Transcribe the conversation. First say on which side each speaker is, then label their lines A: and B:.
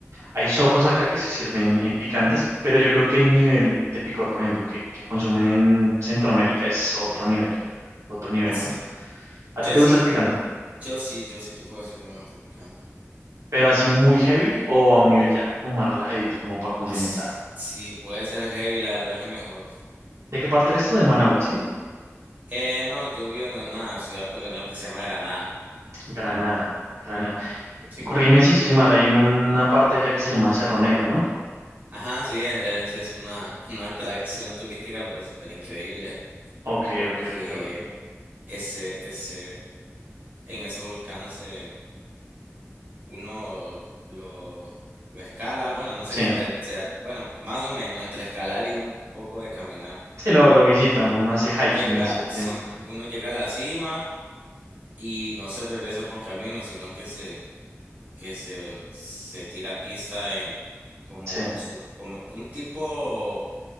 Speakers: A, on the right; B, on the right.
A: Hay sopas acá que se sirven eh, picantes, pero yo creo que el nivel de picor, por ejemplo, que, que consumen en Centroamérica es otro nivel, otro nivel,
B: así,
A: ¿no? ¿A
B: yo
A: ti te
B: sí,
A: gusta el picante?
B: yo sí, yo sí te puedo decir que me gusta el picante.
A: pero así muy heavy o a un nivel ya como más relajadito, como para condimentar.
B: Así, sí, puede ser heavy, la verdad que mejor.
A: ¿De qué parte eres tú? De Managua, ¿sí?
B: Eh, no, yo vivo en una ciudad colonial que se llama Granada.
A: Granada, Granada.
B: Sí.
A: Eh, Corrígeme si estoy mal, hay una parte allá que se llama Cerro Negro, ¿no?
B: Ajá, sí, es, es, es una, una atracción turística, pero súper increíble,
A: Ok,
B: porque
A: ok, ok, ok.
B: ese, ese, en ese volcán se uno lo, lo escala, bueno, no se
A: Sí,
B: escala, o sea, bueno, más o menos entre escalar y un poco de caminar.
A: sí, lo, lo
B: Uno
A: visita, uno, uno hace hiking,
B: llega,
A: así el
B: sí,
A: tema.
B: uno llega a la cima y no se regresa por camino, sino que se, que se, se tira a pista en como
A: Sí,
B: sur, como un tipo,